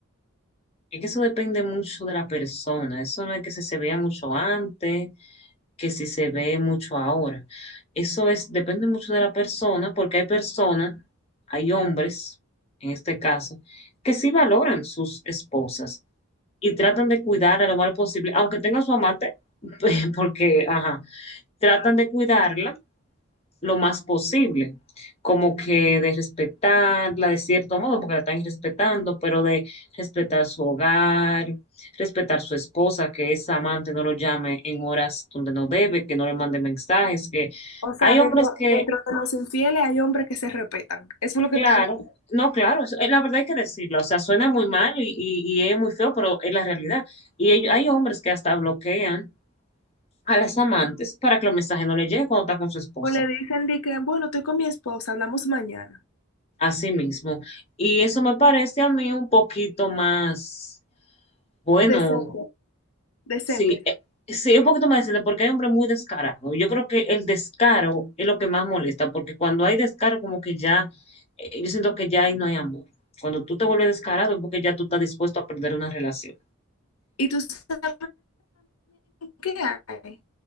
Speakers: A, on the left; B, on the left.
A: es que eso depende mucho de la persona. Eso no es que si se vea mucho antes, que si se ve mucho ahora. Eso es, depende mucho de la persona, porque hay personas, hay hombres, en este caso, que sí valoran sus esposas y tratan de cuidarla lo más posible, aunque tengan su amante, <laughs> porque, ajá, tratan de cuidarla lo más posible, como que de respetarla de cierto modo, porque la están respetando, pero de respetar su hogar, respetar su esposa, que esa amante no lo llame en horas donde no debe, que no le mande mensajes, que
B: O sea,
A: hay
B: dentro,
A: hombres que,
B: dentro de los infieles hay hombres que se respetan. Eso es lo que
A: claro,
B: tú me dices.
A: no, claro, eso- eh, la verdad hay que decirla, o sea, suena muy mal y, y- y es muy feo, pero es la realidad. Y ello- hay hombres que hasta bloquean a las amantes para que los mensajes no le lleguen cuando está con su esposa.
B: O le dicen de que, bueno, estoy con mi esposa, hablamos mañana.
A: Así mismo. Y eso me parece a mí un poquito más, bueno,
B: Decente, decente.
A: sí, eh, sí, un poquito más decente, porque hay hombres muy descarados. Yo creo que el descaro es lo que más molesta, porque cuando hay descaro, como que ya, eh, yo siento que ya ahí no hay amor. Cuando tú te vuelves descarado es porque ya tú estás dispuesto a perder una relación.
B: ¿Y tú sabes qué hay?